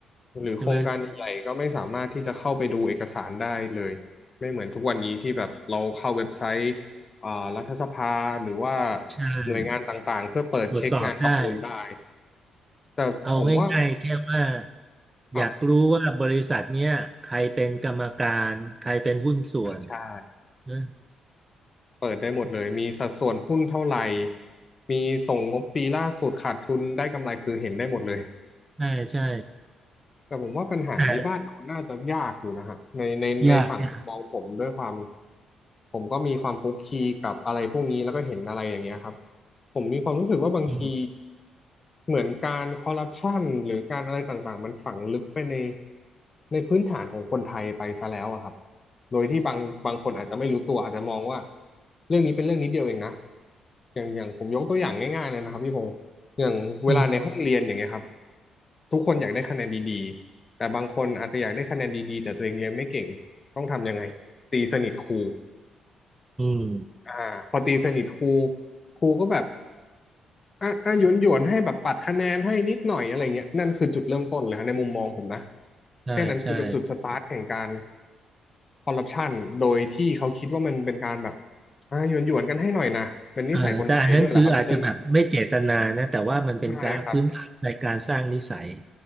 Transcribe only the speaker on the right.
ใช่ไหม
ใช่
ตรวจสอบได้
เอาง่ายๆแค่ว่า
อยากรู้ว่าบริษัทเนี้ยใครเป็นกรรมการใครเป็นหุ้นส่วน
นะ
ใช่ใช่
แต่ยากยาก
อืม
อืม
อืม
ใช่ใช่
เออแต่อันนั้นคืออาจจะแบบไม่เจตนานะแต่ว่ามันเป็นการพื้นฐานในการสร้างนิสัย